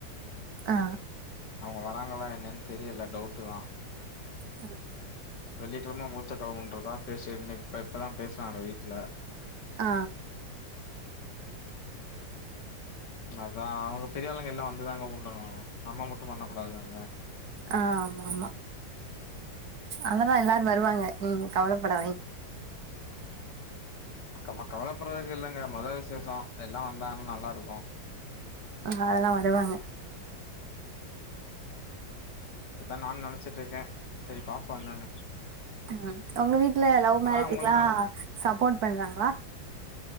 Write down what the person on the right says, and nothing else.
ஆ
ம்
ஆ
ஆ ஆமா ஆமா அதெல்லா எல்லாரூ வருவாங்க நீங்க கவலப்படாதீங்க
ஆ அதெலா வருவாங்க
ம் ஒங்க வீட்ல லவ் மேரேஜக்குலா
சப்போர்ட் பண்றாங்களா?